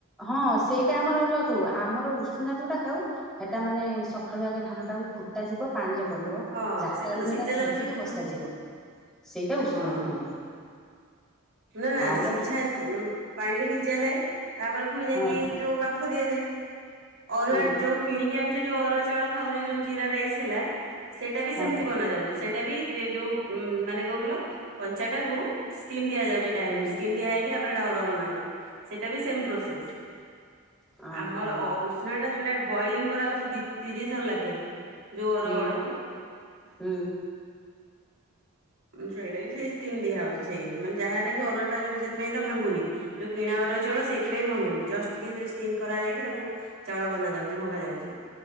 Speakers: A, in the centre; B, on the right (about 60°).
A: ହଁ ସେଇଟା ଆମର ଅରୁଆ କହୁ ଆମର ଉଷୁନା ଯୋଉଟା ଖାଉ ସେଟା ମାନେ ସକାଳୁ ଆଗେ ଧାନଟାକୁ ଫୁଟା ଯିବ ପାଣି ରେ ପଡିବ
B: ହଁ
A: ଚାରିଟା
B: ସେଇଟା
A: ବେଳକୁ
B: ତ
A: ହେଟା
B: ସିଝା
A: ଛାଙ୍କିକି
B: ଯାଉଛି
A: ବସାଯିବ
B: ଉଁ
A: ସେଇଟା ଉଷୁନା
B: ହଁ
A: କୁହନ୍ତି।
B: ନା ନା
A: ଆମର
B: ସିଝା ପାଣିରେ ଭିଜ ଯାଏ ତାପରେ ପୁଣି ଯାଇକି
A: ହଁ
B: ଯୋଉ ବାମ୍ଫ ଦିଆଯାଏ। ଅରୁଆ
A: ହୁଁ
B: ଯୋଉ କିଣିକି ଆଣୁଛେ ଯୋଉ ଅରୁଆ ଚାଉଳ ଖାଉଛେ ଯୋଉ ଜିରା ରାଇସ୍ ହେଲା ସେଇଟା ବି
A: ହଁ
B: ସେମିତି ବନା ଯାଉଛି ସେଇଟା ବି ଯ ଯୋଉ ଉ ମାନେ କଣ କିଲ କଞ୍ଚାଟାକୁ ଷ୍ଟିମ୍ ଦିଆଯାଉଛି ଡାଇରେକ୍ଟ
A: ହୁଁ
B: ଷ୍ଟିମ୍ ଦିଆ ହେଇକି ତାପରେ ସେଟା ଅରୁଆ ବନାଉଛି ସେଇଟା ବି ସେମ ପ୍ରୋସେସ।
A: ଓହୋ
B: ଆମର ଉଷୁନା ଟା ଯୋଉଟା ବଏଲିଙ୍ଗ କରାଉଛି ଦି ଦି ଥର ଲାଖେ ଯୋଉ ଅରୁଆ
A: ହୁଁ
B: ଗୁଡାମ।
A: ହୁଁ।
B: ସେଇଟା ବି ସେଇ ଷ୍ଟିମ ଦିଆ ହଉଛି ସେଇ ମାନେ ଯାହାହେଲେ ବି ଅରୁଆ ଯଉ ସେଥିଇଁ ତ ଭାଙ୍ଗୁନି ଯୋଉ କିଣା ଅରୁଆ ଚାଉଳ ସେଇଥି ପାଇଁ ଭାଙ୍ଗୁନି ଜଷ୍ଟ ଟିକିଏ ସେଥିରେ ଷ୍ଟିମ କରାଯାଇକି ତାକୁ ଚାଉଳ ବନା ଯାଉଛି ଭଙ୍ଗା ଯାଉଛି